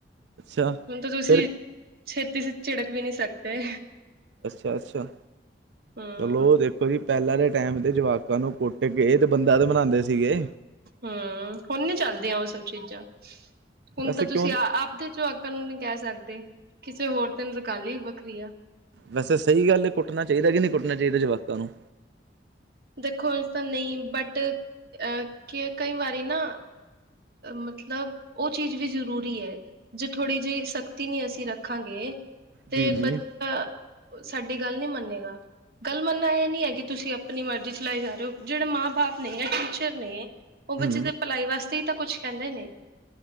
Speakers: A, on the right; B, on the right.
A: ਅੱਛਾ
B: ਹੁਨ‌ ਤੇ ਤੁਸੀ
A: ਫਿਰ
B: ਛੇਤੀ ਚ ਝਿੜਕ ਵੀ ਨੀ ਸਕਦੇ।
A: ਅੱਛਾ ਅੱਛਾ।
B: ਹਮ
A: ਚਲੋ ਦੇਖ ਕੋਕਿ ਪੈਲਾਂ ਦੇ ਟੈਮ ਤੇ ਜਵਾਕਾਂ ਨੂੰ ਕੁੱਟ ਕੇ ਤੇ ਬੰਦਾ ਤੇ ਬਨਾਂਦੇ ਸੀਗੇ
B: ਹੂੰ। ਹੁਨ ਨੀ ਚੱਲਦੀਆਂ ਓ ਸਭ ਚੀਜਾਂ। ਹੁਨ
A: ਵੈਸੇ
B: ਤੇ
A: ਕਿਉਂ
B: ਤੁਸੀ ਅ ਆਪਦੇ ਜਵਾਕ ਕਾਨੂੰ ਨੀ ਕੈ ਸਕਦੇ। ਕਿਸੇ ਹੋਰ ਤਨ ਨੂੰ ਤੇ ਗਲ ਈ ਵੱਖਰੀ ਆ।
A: ਵੈਸੇ ਸਈ ਗੱਲ ਏ, ਕੁੱਟਣਾ ਚਾਈਦਾ ਕੇ ਨਈ ਕੁੱਟਣਾ ਚਾਈਦਾ ਜਵਾਕਾਂ ਨੂੰ?
B: ਦੇਖੋ, ਵੈਸ ਤੇ ਨਈ ਬਟ ਅ ਕਈ ਵਾਰੀ ਨਾ ਮਤਲਬ ਓ ਚੀਜ ਵੀ ਜਰੂਰੀ ਐ। ਜੇ ਥੋੜੀ ਜਿ ਸਖਤੀ ਨੀ ਅਸੀ ਰੱਖਾਂਗੇ ਤੇ
A: ਜੀ ਜੀ
B: ਬ ਤਾਂ ਸਾਡੀ ਗੱਲ ਨੀ ਮੰਨੇਗਾ। ਗੱਲ ਮੰਨਨਾ ਏ ਨੀ ਐ ਕਿ ਤੁਸੀ ਅਪਨੀ ਮਰਜੀ ਚਲਾਈ ਜਾ ਰੇ ਓ। ਜੇੜੇ ਮਾਂ ਬਾਪ ਨੇ ਜਾਂ ਟੀਚਰ ਨੇ
A: ਹੂੰ
B: ਓ ਬੱਚੇ ਦੇ ਭਲਾਈ ਵਾਸਤੇ ਈ ਤਾਂ ਕੁਛ ਕੈਂਦੇ ਨੇ।